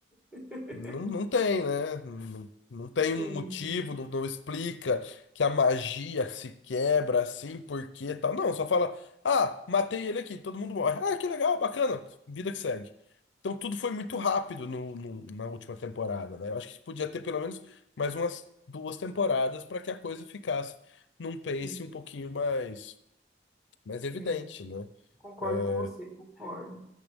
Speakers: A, in the centre; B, on the left (about 85°).
A: <laughs>
B: Não, não tem, né? Não, não tem um
A: Sim,
B: motivo,
A: sim,
B: não, não explica que a magia se quebra assim, por quê, tal. Não, só fala, ah, matei ele aqui, todo mundo morre. Ah, que legal, bacana, vida que segue. Então tudo foi muito rápido no, no- na última temporada, né? Eu acho que podia ter pelo menos mais umas duas temporadas para que a coisa ficasse num pace
A: sim,
B: um pouquinho mais, mais evidente,
A: sim.
B: né?
A: Concordo
B: É,
A: com você, concordo.